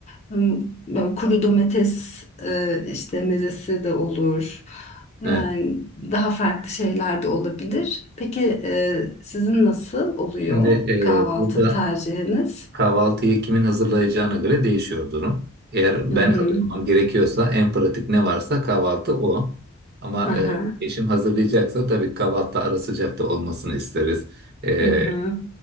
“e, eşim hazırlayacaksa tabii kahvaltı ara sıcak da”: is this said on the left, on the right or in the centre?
Right